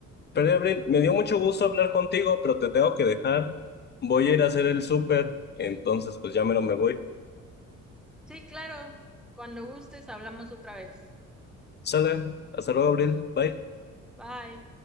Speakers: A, on the left; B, in the centre.
A: Pero Abril, me dio mucho gusto hablar contigo, pero te tengo que dejar. Voy a ir a hacer el súper, entonces pues ya mero me voy.
B: Sí, claro, cuando gustes hablamos otra vez.
A: Sale, hasta luego, Abril, bye.
B: Bye.